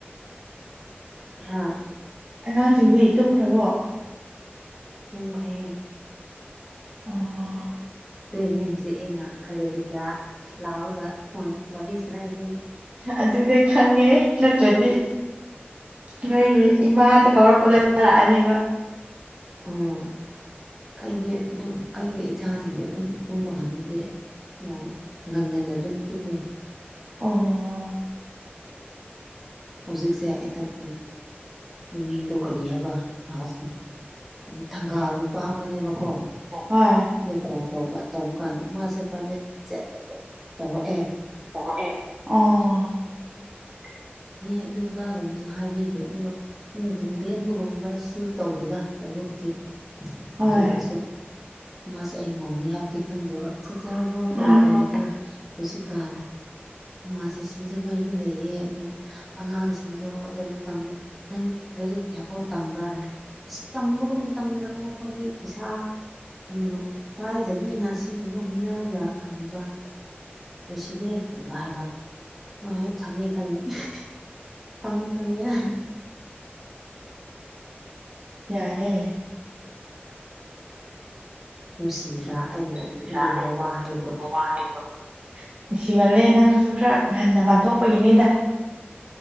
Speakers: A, in the centre; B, on the right.
A: ꯍꯥꯥ
B: ꯑꯉꯥꯡꯁꯤꯡꯁꯦ ꯏ ꯇꯨꯝꯈ꯭ꯔꯕꯣ
A: ꯇꯣꯡꯈ꯭ꯔꯦ
B: ꯎꯝ
A: ꯑꯗꯨꯏꯅꯦ ꯍꯧꯖꯤꯛ ꯑꯩꯅ ꯍꯂꯨ ꯂꯤꯂꯤꯌꯥ ꯂꯥꯎꯔꯒ ꯐꯣꯟ ꯋꯥꯔꯤ ꯁꯥꯟꯅꯔꯤꯁꯦ
B: ꯑꯗꯨꯅꯦ ꯈꯪꯉꯦ ꯅꯠꯇ꯭ꯔꯗꯤ ꯅꯣꯏꯒꯤ ꯏꯃꯥꯗ ꯀꯧꯔꯛꯄꯗ ꯇꯔꯛꯑꯅꯦꯕ
A: ꯎꯝ ꯑꯩꯗꯤ ꯑꯗꯨꯝ ꯑꯩꯒꯤ ꯏꯆꯥꯁꯤꯡꯁ ꯑꯗꯨꯝ ꯇꯨꯝꯕ ꯀꯥꯟꯗꯗꯤ ꯑꯣ ꯒꯟꯒꯟꯗ ꯑꯗꯨꯝ ꯇꯨꯝꯃꯦ
B: ꯑꯣ
A: ꯍꯧꯖꯤꯛꯁꯦ ꯑꯩꯇꯪ ꯃꯃꯤꯡꯗꯧ ꯀꯔꯤ ꯍꯥꯏꯕ ꯂꯥꯎꯈ꯭ꯔꯦ ꯊꯪꯒꯥꯜ ꯅꯨꯄꯥ ꯑꯃꯅꯦꯕꯀꯣ
B: ꯍꯣꯏ
A: ꯑ ꯀꯣꯜ ꯇꯧꯕ ꯇꯧꯕ ꯀꯥꯟꯗ ꯃꯥꯁꯦ ꯄ꯭ꯔꯥꯏꯚꯦꯠ ꯆꯦꯠꯇ ꯑꯗꯨꯝ ꯇꯧꯔꯛꯑꯦ
B: ꯑꯣ
A: ꯑꯗꯨꯗꯥꯅꯥꯒꯨꯝꯕꯁꯨ ꯍꯥꯏꯕꯤꯗꯦ ꯑꯗꯨꯒ ꯅꯨꯡꯊꯤꯟꯗꯦꯟꯕꯒꯨꯝꯕꯁꯨ ꯇꯧꯗꯦꯗ ꯇꯧꯕꯕꯨꯗꯤ
B: ꯍꯣꯏ
A: ꯇꯔꯁꯨ ꯃꯥꯁ ꯝꯧꯅꯤ ꯍꯥꯏꯕꯗꯤ ꯈꯪꯗꯦꯕ ꯆꯥꯛ ꯆꯥꯔꯕꯣ ꯀꯔꯤ
B: ꯎꯝ
A: ꯇꯧꯔꯤꯒꯦ ꯍꯧꯖꯤꯛꯀꯥꯟ ꯃꯥꯥꯁꯦ ꯁꯤꯡꯖꯃꯩꯅ ꯂꯩꯌꯦ ꯅꯣꯏ ꯑꯉꯥꯡꯁꯤꯡꯗꯣ ꯂꯥꯏꯔꯤꯛ ꯇꯝꯕ ꯅꯪ ꯂꯥꯏꯔꯤꯛ ꯀꯌꯥꯐꯥꯎ ꯇꯝꯕ꯭ꯔꯥꯅ ꯑꯁ ꯇꯝꯕꯒꯨꯝ ꯗꯕ ꯈꯣꯏꯗꯤ ꯄꯩꯁꯥ ꯎ ꯄꯥꯏꯗꯕꯅꯤꯅ ꯑꯁꯤꯒꯨꯝꯕꯒ ꯍꯣꯠꯅꯔꯒ ꯀꯔꯤꯕ ꯁ <unintelligible> <inaudible> ꯚ ꯍꯥꯏꯕ ꯍꯣꯏ ꯍꯣꯏ ꯈꯪꯉꯦ ꯈꯪꯉꯦ <inaudible> ꯐꯪꯉꯤ ꯈꯪꯉꯦ ꯌꯥꯔ
B: ꯌꯥꯍꯅꯦ
A: ꯅꯨꯡꯁꯤꯗ꯭ꯔꯥ ꯑꯩꯕꯨ
B: ꯅꯨꯡꯁꯤꯗ꯭ꯔꯥ
A: ꯑꯗꯨꯒꯨꯝꯕ
B: ꯑꯩꯗꯣ
A: ꯋꯥ ꯍꯥꯏꯕꯗꯣ
B: ꯑꯗꯨꯨꯝꯕ ꯋꯥ ꯍꯥꯏꯩꯕꯣ ꯅꯨꯡꯁꯤꯃꯠꯂꯦ ꯅꯪꯁꯨ ꯈꯔ ꯉꯟꯅ ꯟꯊꯣꯛꯄꯒꯤꯅꯤꯗ